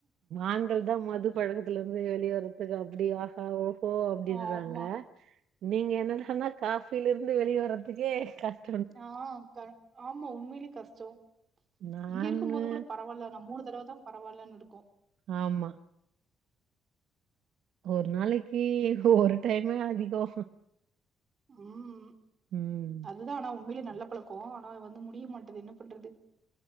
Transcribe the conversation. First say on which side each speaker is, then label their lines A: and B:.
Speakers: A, on the right (about 75°); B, on the right (about 40°).
A: ஆண்கள் தா மது பழக் கலருந்து வெளிய வரத்துக்கு அப்டி ஆஹா ஓஹோ அப்டி
B: ஆமா
A: சொல்றாங்க நீங்க என்னடானா காஃபிலரந்து வெளியே வரத்துக்கே கஷ்
B: ஆ க ஆமா உண்மயிலே கஷ்டோ
A: நானு
B: இங்க இருக்கும்போது கூட ப ரவால்ல நா மூணு தடவ தா பரவால்லன் இருக்கு
A: ஆமா ஒரு நாளைக்கு ஒரு டைமே அதிகோ
B: ம்
A: ம்
B: அதுதா ஆனா உண்மைலே நல்ல பழக்கோ ஆனா வந்து முடிய மாட்டேது என்ன பண்றது